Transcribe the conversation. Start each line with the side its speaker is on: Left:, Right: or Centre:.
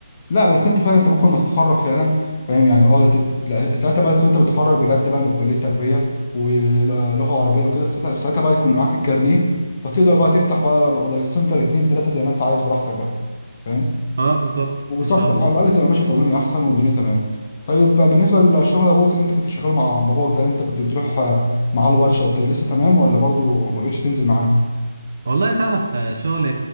Left: لا بس انت فعلا انت ممكن ما تتخرج فعلا فاهم يعني اه ت- لا، ساعتها بقى تكون انت بتخرج بجد بقى من كليه تربيه ولغه عربيه وكده فساعتها ساعتها بقى يكون معاك الكارنيه فتقدر بقى تفتح بقى بقى بدل السنتر اتنين تلاته زي ما انت عايز براحتك بقى فاهم
Right: اه بالظبط
Left: وبالظبط
Right: إن شاء
Left: تبقى
Right: الله
Left: على الاقل تبقى ماشي قانوني احسن والدنيا تمام طيب بالنسبه لشغل ابوك اللي انت كنت شغال مع باباك ده اللي انت كنت بتروح آه، معاه الورشه وكده لسه تمام ولا برضو ما بقتش تنزل معاه
Right: والله تعرف آه، شغل